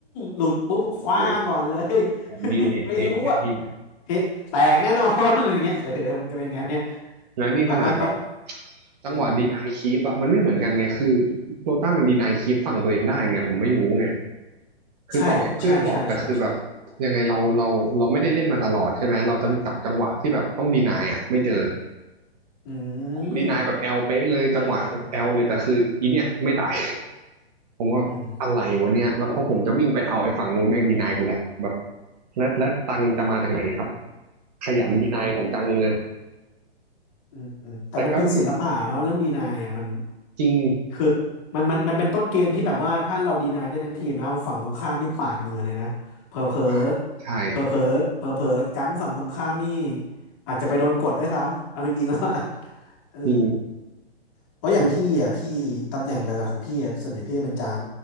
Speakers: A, on the left; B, on the right.
A: หลุดปุ๊บคว้างก่อนเลย
B: โอ้โหผมนี่เละเทะเลยพี่
A: <laughs> ไม่รู้อะเฮ้แตกแน่นอนอย่างเงี้ยเออมันจะเป็นไงเนี่ย
B: แล้วนี่ขนาดแบบ
A: บางบางบางเออ
B: จังหวะดีนายคีปอะมันไม่เหมือนกันไงคือโรต้ามันดีนายคีปฝั่งตัวเองได้ไงผมไม่รู้ไงคือต่อให้เพื่อนบอกแต่คือแบบ
A: ใช่ใช่ใช่ใช่ใช่
B: ยังไงเราเราเราไม่ได้เล่นมาตลอดใช่ไหมเราจะจับจังหวะที่แบบต้องดีนายอ่ะไม่เจอ
A: อืม
B: ดีนายแบบแอลเป๊ะเลยจังหวะแอลเลยแต่คืออีเนี่ยไม่ตาย <laughs> ผมว่าอะไรวะเนี่ยแล้วพอผมจะวิ่งไปเอาไอ้ฝั่งนู้นแม่งดีนายกูแหละแบบ
A: อืม
B: แล้วแล้วตังจะมาจากไหนครับขยันดีนายผมจังเลย
A: อืมอืมอืมแต่มันเป็นศิลปะเนาะเรื่องดีนายอะมัน
B: แต่ก็จริง
A: คือมันมันมันเป็นต้นเกมที่แบบว่าถ้าเราดีนายได้ทั้งทีมนะฝั่งตรงข้ามนี่ปาดเหงื่อเลยนะเผลอเผลอ
B: อ่าใช่
A: เผลอเผลอเผลอเผลอจังฝั่งตรงข้ามนี่อาจจะไปโดนกดด้วยซ้ำเอาจริงๆแล้วอะ <laughs> เออ
B: จริง
A: เพราะอย่างพี่อ่ะพี่ตำแหน่งหลักๆของพี่อะส่วนใหญ่พี่จะเป็นจัง
B: คือ